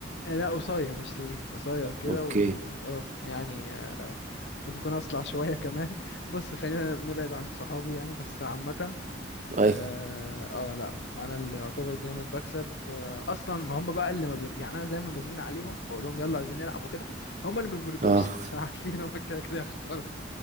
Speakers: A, on the left (about 60°); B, on the right (about 40°).
A: آه، لا قصير مش طويل قصير كده
B: اوكي
A: و اه يعني آه، ممكن يكون اصلع شوية كمان <laughs> بص خلينا نبعد عن صحابي يعني بس عامة
B: ايوه
A: اه آه، لا انا اللي يعتبر دايما بكسب آه، اصلا ما هم بقى اللي ما بير... يعني انا دايما بزن عليهم واقول لهم يلا عايزين نلعب وكده هم اللي ما بيردوش
B: اه
A: <laughs>
B: <laughs>
A: عشان عارفين هم كده كده هيخسروا